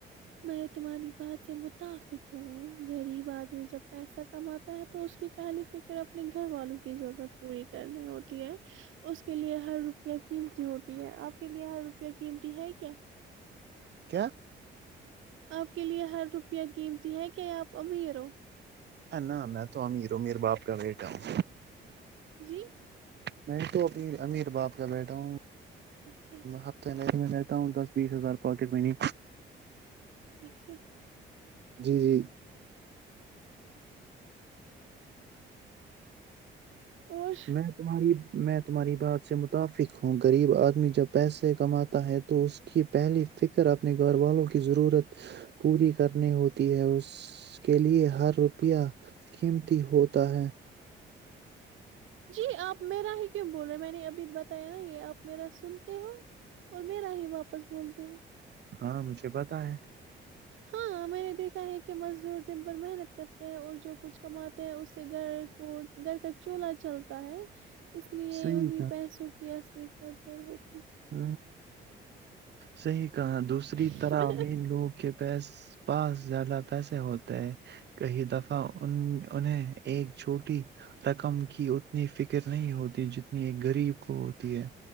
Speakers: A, on the right; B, on the right.
A: میں تمہاری بات سے متفق <unintelligible> غریب آدمی جب پیسا کماتا ہے تو اس کی پہلی فکر اپنے گھر والوں کی ضرورت پوری کرنی ہوتی ہے اس کے لیے ہر روپئے قیمتی ہوتی ہے آپ ک لی ہار روپے قیمتی ہے کیا
B: کیا
A: آپ کے لیے ہر روپیہ قیمتی ہے کیا آپ امیر ہو
B: ہ نہ میں تو امیروں میر باپ کا بیٹا ہوں
A: جی
B: میں تو ا امیر باپ کا بیٹا ہوں
A: اچھا اچھا
B: ہفتے نہیں م تا ہوں دس بیس ہزار پاکٹ میںنی
A: اچھا
B: جی جی
A: اور
B: میں تمہاری میں تمہاری بات سے متفق ہوں غریب آدمی جب پیسے کماتا ہے تو اس کی پہلی فکر اپنے گھر والوں کی ضرورت پوری کرنی ہوتی ہے اس کے لیے ہر روپیہ قیمتی ہوتا ہے
A: جی آپ میرا ہی کیوں بول رہے میں نے ابھی بتایا نا یہ آپ میرا سنتے ہو اور میرا ہی واپس بولتے ہو
B: ہاں مجھے پتا ہے
A: ہاں میں نے دیکھا ہے کہ مزدور دن ب محنت کرتے ہیں اور جو کچھ کماتے ہیں اس سے گھر کو گھر کا چولہلا چلتا ہے اس لیے
B: صحیح
A: انہیں پیسوں کی اصلیقت ر ہوتی
B: ہ ص دوسری
A: ہے
B: طرح این لوگ کے پ پاس زیادہ پیسے ہوتے ہے کئی دفعہ ان انہیں ایک چھوٹی رقم کی اتنی فکر نہیں ہوتی جتنی ایک غریب کو ہوتی ہے